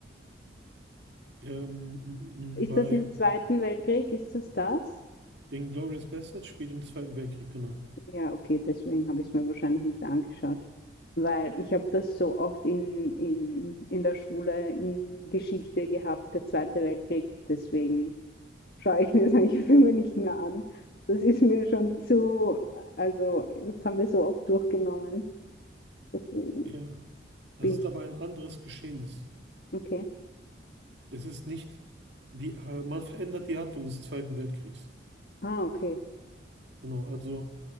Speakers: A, on the right (about 65°); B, on the left (about 50°).
A: Ähm, mm, mm,
B: Ist
A: mm, bei
B: das im Zweiten Weltkrieg? Ist das das?
A: Inglourious Basterds spielt im Zweiten Weltkrieg, genau.
B: Ja, okay, deswegen habe ich es mir wahrscheinlich nicht angeschaut, weil ich habe das so oft in, in, in der Schule in Geschichte gehabt, der Zweite Weltkrieg. Deswegen schaue <laughs> ich mir solche Filme nicht mehr an. Das ist mir schon zu, also das haben wir so oft durchgenommen. Deswegen
A: Ja. Das
B: bin
A: ist
B: ich,
A: aber ein anderes Geschehnis.
B: okay.
A: es ist nicht die, äh, man verändert die Handlung des Zweiten Weltkriegs.
B: Ah, okay. <laughs>
A: Genau, also